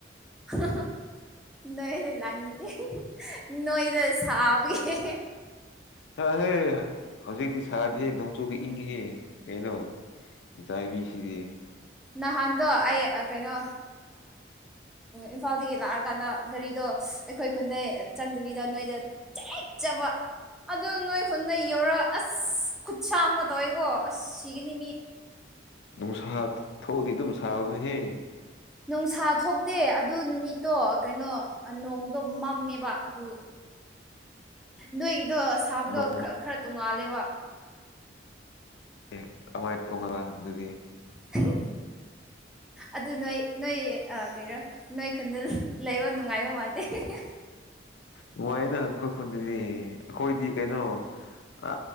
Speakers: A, in the centre; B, on the left.
A: ꯒ ꯅꯣꯏꯗ ꯂꯥꯛꯅꯤꯡꯗꯦ ꯅꯣꯏꯗ ꯁꯥꯕꯒꯤ
B: ꯆꯇꯂꯣꯍꯦ ꯍꯧꯖꯤꯛꯇꯤ ꯁꯥꯗꯤꯌꯦ ꯅꯣꯡꯆꯨꯕꯥꯒꯤ ꯏꯪꯒꯦꯍꯦ ꯀꯩꯅꯣ ꯆꯥꯏꯕꯤ ꯁꯤꯗꯤ
A: ꯅꯍꯥꯟꯗꯣ ꯑꯩ ꯀꯩꯅꯣ ꯏꯝꯐꯥꯜꯗꯒꯤ ꯂꯥꯛꯑꯀꯥꯟꯗ ꯒꯥꯔꯤꯗꯣ ꯑꯩꯈꯣꯏ ꯈꯨꯟꯗ ꯆꯪꯗꯕꯤꯗ ꯅꯣꯏꯗ ꯆꯦꯛꯆꯕ ꯑꯗꯨ ꯅꯣꯏ ꯈꯨꯟꯗꯣ ꯌꯧꯔꯛ ꯑꯁ ꯑꯁ ꯈꯨꯠꯁ ꯑꯃ ꯇꯧꯋꯦꯀꯣ ꯑꯁ ꯁꯤꯒꯥꯅꯤ ꯃꯤ
B: ꯅꯨꯡꯁꯥ ꯊꯣꯛꯑꯗꯤ ꯑꯗꯨꯝ ꯁꯥꯕꯅꯤꯍꯦ
A: ꯅꯨꯡꯁꯥ ꯊꯣꯛꯇꯦ ꯑꯗꯨ ꯅꯨꯃꯤꯠꯇꯣ ꯀꯩꯅꯣ ꯅꯣꯡꯗꯣ ꯃꯝꯃꯦꯕ ꯑꯗꯨ ꯅꯣꯏꯒꯤꯗꯣ ꯁꯥꯕꯗꯣ
B: ꯅꯣꯡ
A: ꯈꯔ ꯇꯣꯡꯉꯥꯜꯂꯦꯕ
B: ꯑꯦ ꯑꯗꯨꯃꯥꯏꯅ ꯇꯣꯡꯉꯔ ꯑꯗꯨꯗꯤ
A: ꯒ ꯑꯗꯨ ꯅꯣꯏ ꯅꯣꯏ ꯀꯩꯔꯣ ꯅꯣꯏ ꯈꯨꯟꯗꯨ ꯂꯩꯕ ꯅꯨꯡꯉꯥꯏꯕ ꯃꯟꯗꯦ ꯎ
B: ꯅꯨꯡꯉꯥꯏꯌꯦꯗꯥ ꯑꯩꯈꯣꯏ ꯈꯨꯟꯗꯗꯤ ꯑꯩꯈꯣꯏꯗꯤ ꯀꯩꯅꯣ ꯑ